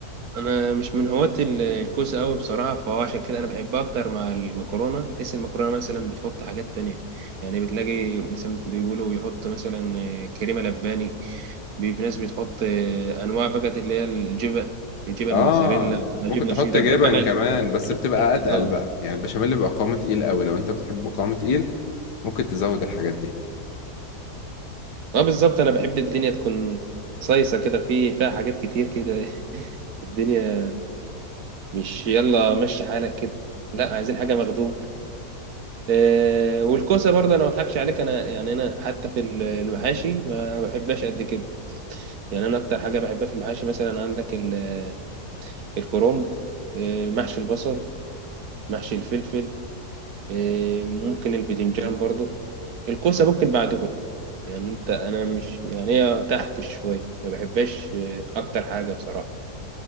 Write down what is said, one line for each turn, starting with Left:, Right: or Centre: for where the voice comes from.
Right: انا مش من هواة ال- الكوسه قوي بصراحه فهو عشان كده انا بحبها اكتر مع المكرونه بحيث المكرونه مثلا بتحط حاجات تانية يعني بتلاقي مثلا بيقولوا بيحط مثلا آه، كريمه لباني بي- في ناس بتحط آه، انواع بقى اللي هي الجبن الجبن
Left: اه
Right: موتزاريلا
Left: ممكن
Right: جبنه
Left: تحط
Right: شيدر
Left: جبن
Right: بحب انا ال-
Left: كمان بس بتبقى
Right: اه
Left: اتقل بقى يعني البشاميل بيبقى قوامه تقيل قوي لو انت بتحبه قوامه تقيل ممكن تزود الحاجات دي
Right: اه بالظبط انا بحب الدنيا تكون صيصه كده في فيها حاجات كتير كده <laughs> الدنيا مش يلا مشي حالك كده لا عايزين حاجه مخدوم آه والكوسه برضه انا ما اضحكش عليك انا يعني انا حتى في ال- المحاشي ما بحبهاش قد كده يعني انا اكتر حاجه بحبها في المحاشي مثلا عندك ال- الكرنب آه محشي البصل محشي الفلفل آه ممكن الباذنجان برضه الكوسه ممكن بعدهم يعني انت انا مش يعني هي تحت شويه ما بحبهاش اكتر حاجه بصراحه